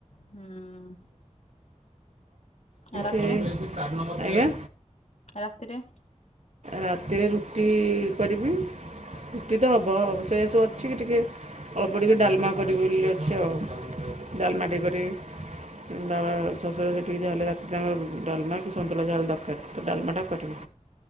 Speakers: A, on the left; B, on the right.
A: ହୁଁ ଆଉ ରାତିରେ
B: ଜେ ଆଜ୍ଞା!
A: ରାତିରେ?
B: ରାତିରେ ରୁଟି କରିବି ରୁଟି ତ ହବ ଅବଶ୍ୟ ଏ ସବୁ ଅଛି ଟିକେ ଅଳ୍ପ ଟିକେ ଡାଲ୍ମା କରିବି ବୋଲି ଅଛି ଆଉ। ଡାଲ୍ମା ଟିକେ କରିବି। ବାବା ଶଶୁର ସେଇଠି ଯାହା ହେଲେ ରାତିରେ ଆମର ରୁ ଡାଲ୍ମା କି ସନ୍ତୁଳା ଯାହାହେଲେ ଦର୍ ତା ସହିତ ଡାଲମାଟା କରିବି।